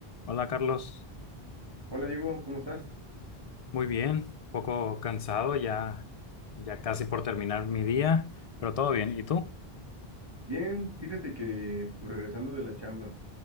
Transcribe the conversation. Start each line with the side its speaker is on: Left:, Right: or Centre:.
Left: Hola Carlos,
Right: Hola Diego, ¿cómo estás?
Left: muy bien, un poco cansado ya, ya casi por terminar mi día, pero todo bien. ¿Y tú?
Right: Bien, fíjate que pues, regresando de la chamba,